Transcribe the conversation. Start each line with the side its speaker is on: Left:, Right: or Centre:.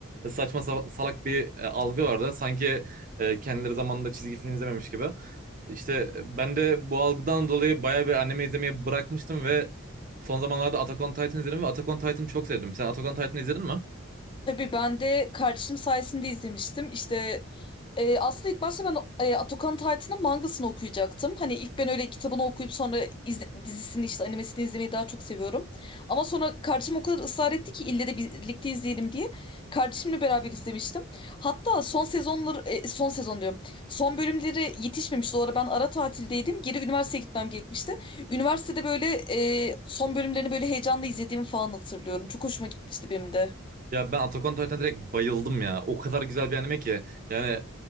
Right: saçma sa- salak bir e, algı vardı. Sanki e, kendileri zamanında çizgi film izlememiş gibi. İşte ben de bu algıdan dolayı bayağı bir anime izlemeyi bırakmıştım ve son zamanlarda Attack on Titan izledim ve Attack on Titan'ı çok sevdim. Sen Attack on Titan'ı izledin mi?
Left: Tabii ben de kardeşim sayesinde izlemiştim. İşte Ee, aslında ilk başta ben e, Atakan Titan'ın mangasını okuyacaktım. Hani ilk ben öyle kitabını okuyup sonra izle- dizisini işte animesini izlemeyi daha çok seviyorum. Ama sonra kardeşim o kadar ısrar etti ki ille de birlikte izleyelim diye. Kardeşimle beraber izlemiştim. Hatta son sezonları e, son sezon diyorum. Son bölümleri yetişmemişti. O ara ben ara tatildeydim. Geri üniversiteye gitmem gerekmişti. Üniversitede böyle e, son bölümlerini böyle heyecanla izlediğimi falan hatırlıyorum. Çok hoşuma gitmişti benim de.
Right: Ya ben Attack on Titan'a direkt bayıldım ya. O kadar güzel bir anime ki. Yani